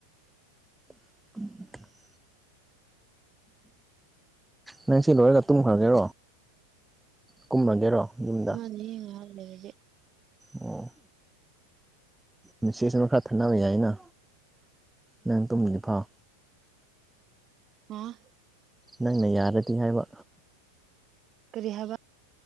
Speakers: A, in the centre; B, on the right (about 30°).
A: <unintelligible> ꯅꯪꯁꯤ ꯂꯣꯏꯔꯒ ꯇꯨꯝꯈ꯭ꯔꯒꯦꯔꯣ ꯀꯨꯝꯔꯒꯦꯔꯣ ꯌꯨꯝꯗ
B: <unintelligible> ꯉꯍꯥꯛ ꯂꯩꯔꯗꯤ
A: ꯑꯣ ꯃꯦꯁꯦꯁ ꯈꯔ ꯊꯥꯅꯕ ꯌꯥꯏꯅ ꯅꯪ ꯇꯨꯝꯗꯤ ꯐꯥꯎ
B: <unintelligible>
A: ꯅꯪꯅ ꯌꯥꯔꯗꯤ ꯍꯥꯏꯕ
B: ꯀꯔꯤ ꯍꯥꯏꯕ